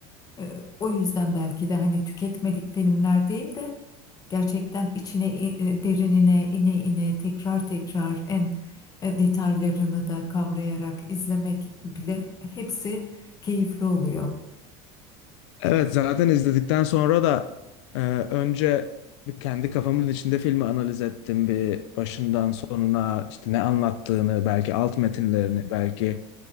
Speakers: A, on the left (about 25°); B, on the left (about 80°).
A: E, O yüzden belki de hani tüketmelik filmler değil de gerçekten içine i- e, derinine ine ine tekrar tekrar en e, detaylarını da kavrayarak izlemek bile hepsi keyifli oluyor.
B: Evet zaten izledikten sonra da e, önce bir kendi kafamın içinde filmi analiz ettim bir başından sonuna işte ne anlattığını belki alt metinlerini belki